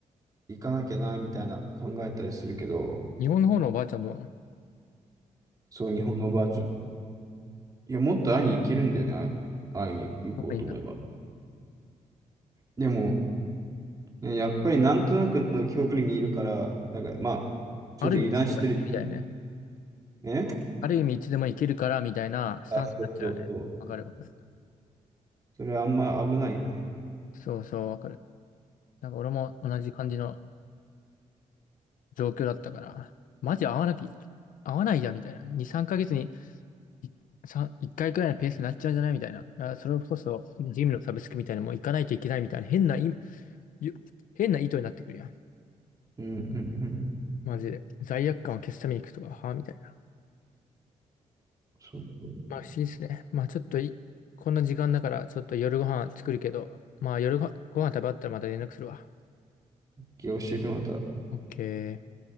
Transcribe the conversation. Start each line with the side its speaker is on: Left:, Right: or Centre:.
Right: 行かなきゃな、みたいな考えたりするけど、
Left: 日本の方のおばあちゃんと、
Right: そう、日本のおばあちゃん。いや、もっと会いに行けるんだよね。あ会いに行こうと思えば。
Left: 特になんか、
Right: でも、ねやっぱりなんとなくの距離にいるから、だから、まあ、ちょっと油断してる。
Left: ある意味いつでも行けるみたいなね。
Right: え
Left: ある意味いつでも行けるから、みたいなスタンスになっちゃうよね。
Right: あ、そうそうそう。
Left: わかるわかる。
Right: それあんま危ないよね。
Left: そうそう、わかる。なんか俺も同じ感じの状況だったから、マジ合わなき、合わないじゃん、みたいな。2、3ヶ月にいさ1回くらいのペースになっちゃうんじゃないみたいな。だからそれこそ、ジムのサブスクみたいなのも行かないといけないみたいな、変な意、ゆ変な意図になってくるやん。
Right: うんうんうん。
Left: マジで。罪悪感を消すために行くとか、はあみたいな。
Right: そうそう。
Left: まあ不思議ですね。まあちょっとい、こんな時間だから、ちょっと夜ご飯作るけど、まあ夜ご、ご飯食べ終わったらまた連絡するわ。
Right: 教えてまた。
Left: オッケー。